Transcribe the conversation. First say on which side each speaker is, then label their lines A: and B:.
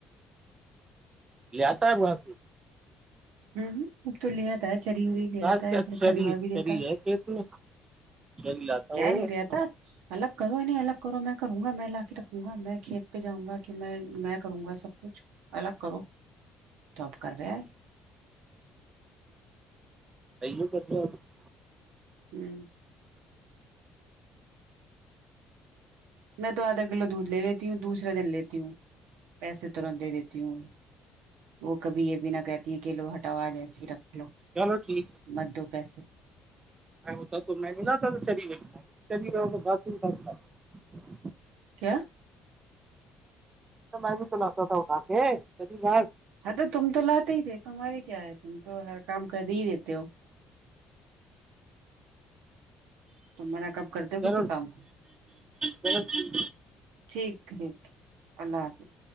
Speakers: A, on the right; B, on the right.
A: لے آتا ہے وہاں سے
B: ہ اب تو لے آتا ہے چری اریی د
A: خاص
B: آتا ہے
A: کیا
B: یا پھر
A: چری
B: کھندوا بھی دیتا
A: چری
B: ہے
A: کھیت میں چری لاتا
B: جے
A: ہو
B: نہیں رہتا الگ کرو انہیں الگ کرو میں کروں گا میں لا کے رکھوں گا میں کھیت پہ جاؤں گا کہ میں میں کروں گا سب کچھ الگ کرو تو اب کر رہے ہے
A: پہو کر ہو <unintelligible>
B: ہوں میں تو آدھا کلو دودھ لے لیتی ہوں دوسرا دن لیتی ہوں پیسے ترنت دے دیتی ہوں وہ کبھی یہ بھی نہ کہتی ہیں کہ لو ہٹاوآج ایسی رکھ لو
A: چلو ٹھیک
B: مت دو پیسے
A: نہیں تو مہنگا تھا چلی م چ <unintelligible>
B: کیا
A: میں بھی کلاتا تھا اٹھا کے ہری گھانس
B: ہاں تو تم تو لاتے ہی تھے تمہارے کیا ہے تم تو ہر کام کر ہی دیتے ہو تم مانا کب کرتے ہو
A: چلو
B: کسی کام کو
A: چلو
B: ٹھیک ٹھیک اللہ حافظ